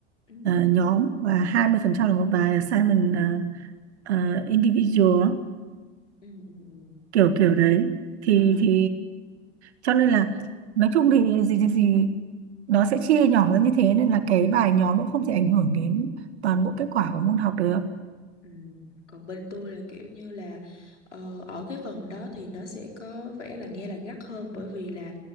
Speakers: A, on the left; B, on the right.
A: ừ
B: ờ, nhóm và 20% là một bài assignment ờ, ờ, individual á,
A: ừ ừ ừ.
B: kiểu kiểu đấy thì
A: À.
B: thì cho nên là nói chung thì gì thì gì nó sẽ chia nhỏ ra như thế nên là cái bài nhóm cũng không thể ảnh hưởng đến toàn bộ kết quả của môn học được
A: Ừ. Còn bên tôi là kiểu như là ờ, ở cái phần đó thì nó sẽ có vẻ là nghe là gắt hơn bởi vì là